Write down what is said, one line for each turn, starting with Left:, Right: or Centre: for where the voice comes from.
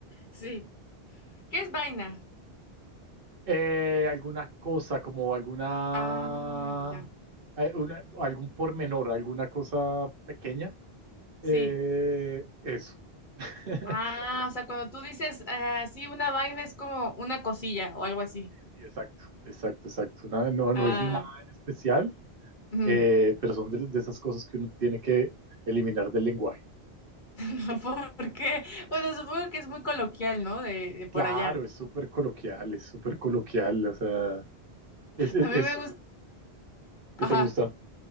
Left: Sí. ¿Qué es vaina?
Right: Eh, alguna cosa, como alguna,
Left: Ah, ya.
Right: eh, una- algún pormenor, alguna cosa pequeña.
Left: Sí.
Right: Eh, eso. <laughs>
Left: Ah, o sea, cuando tú dices, ah, sí, una vaina es como una cosilla o algo así.
Right: Sí, exacto, exacto, exacto. Nada- no, no
Left: Ah,
Right: es nada en especial.
Left: ujú.
Right: eh, pero son de, de esas cosas que uno tiene que eliminar del lenguaje.
Left: <laughs> ¿Por qué? Bueno, supongo que es muy coloquial, ¿no? De, de por
Right: Claro,
Left: allá.
Right: es súper coloquial, es súper coloquial, o sea, es, es,
Left: A mí
Right: es-
Left: me gusta.
Right: ¿qué
Left: Ajá.
Right: te gusta?